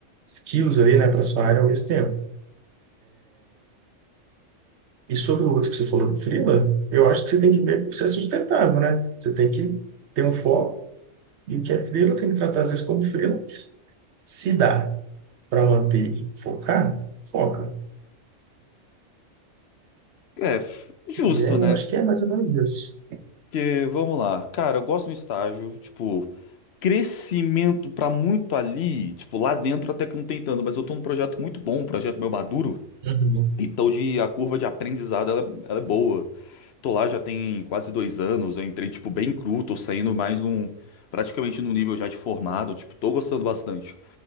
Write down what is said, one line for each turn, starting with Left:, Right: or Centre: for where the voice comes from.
Right: skills ali, né, para sua área ao mesmo tempo. E sobre o outro que você falou do freela, eu acho que você tem que ver se é sustentável, né? Você tem que ter um foco e o que é freela tem que tratar às vezes como freela. Se dá para manter e focar, foca.
Left: É, f- justo,
Right: E é,
Left: né?
Right: eu acho que é mais ou menos isso.
Left: Porque, vamos lá, cara, eu gosto do estágio, tipo, crescimento pra muito ali, tipo, lá dentro até que não tem tanto, mas eu tô num projeto muito bom, um projeto meu maduro,
Right: Uhum.
Left: então de, a curva de aprendizado, ela, é, ela é boa. Tô lá já tem quase dois anos, eu entrei, tipo, bem cru, tô saindo mais num, praticamente num nível já de formado, tipo, tô gostando bastante.